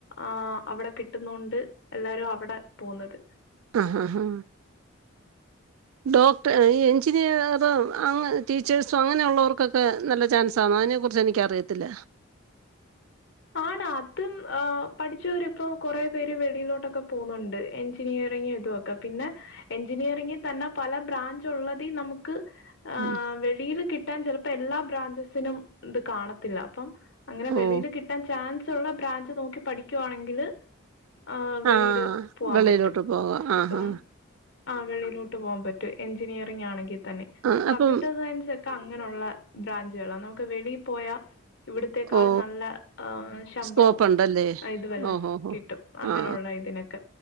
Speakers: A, on the left; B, on the right.
A: ആഹ് അവിടെ കിട്ടുന്നോണ്ട് എല്ലാരും അവിടെ പോന്നത്
B: ആഹ് ആഹ് ഹാ ഡോക്ട, ഈ എഞ്ചിനീയറും, ടീച്ചേഴ്സും അങ്ങനെ ഉള്ളവർക്കൊക്കെ നല്ല ചാൻസ് സമാനിയെ കുറിച്ച് എനിക്കറിയത്തില്ല
A: ആണോ അതും പഠിച്ചവരിപ്പം കൊറെ പേര് വെളിയിലോട്ടൊക്കെ പോന്നുണ്ട് എഞ്ചിനീയറിങ് ഇതോ ക്കെ പിന്നെ എഞ്ചിനീയറിങ്ങിൽ തന്നെ പല ബ്രാഞ്ച് ഉള്ളതി നമുക്ക് ആഹ്
B: ഉം
A: വെളിയില് കിട്ടാൻ ചെലപ്പോ എല്ലാ ബ്രാഞ്ചസിനും ഇത് കാണത്തില്ല അപ്പം അങ്ങനെ വെളിയില്
B: ഓ
A: കി ചാൻസ് ഉള്ള ബ്രാഞ്ച് നോക്കി പഠിക്കുവാണെങ്കില് ആഹ് വെളിയില്
B: ആ
A: പോവാൻ
B: വെളിയിലോട്ട്
A: പറ്റും
B: പോകാം ആ
A: പ്പം
B: ഹാ
A: ആഹ് വെളിയിലോട്ട് പോവാൻ പറ്റും എഞ്ചിനീയറിംഗ് ആണെങ്കി തന്നെ
B: ആ
A: കമ്പ്യൂട്ടർ
B: അപ്പം
A: സയൻസ് ക്ക അങ്ങനെയുള്ള ബ്രാഞ്ചുകളാ നമുക്ക് വെളി പോയാ ഇവിടത്തെക്കാളും
B: ഓ
A: നല്ല ശമ്പളവും
B: സ്കോപ്പ് ഉണ്ടല്ലേ
A: ഇതുവെല്ലാം
B: ഓഹോ ഹോ
A: കിട്ടും അങ്ങനെയുള്ള
B: ആ
A: ഇതിനൊക്കെ